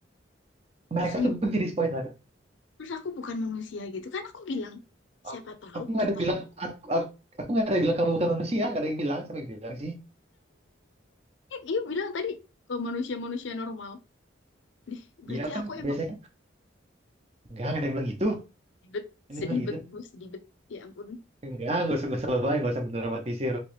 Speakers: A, on the right (about 35°); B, on the left (about 75°).
A: mereka
B: Terus, di-
A: tuh menjadi spoiler.
B: terus aku bukan manusia gitu kan aku bilang
A: Aku
B: siapa tahu
A: aku nggak
B: kita
A: ada bilang
B: ini
A: aku, aku, aku nggak ada bilang kamu bukan manusia, nggak ada yang bilang, siapa yang bilang sih?
B: Eh, dia bilang tadi ke manusia-manusia normal. Dih, berarti
A: Ya kan
B: aku emang
A: biasanya kan, enggak ada yang bilang gitu.
B: sedih bet,
A: Ini
B: sedih
A: bilang gitu.
B: bet, gue sedih bet. Ya ampun.
A: Enggak, gak usah, gak usah lebay, gak usah mendramatisir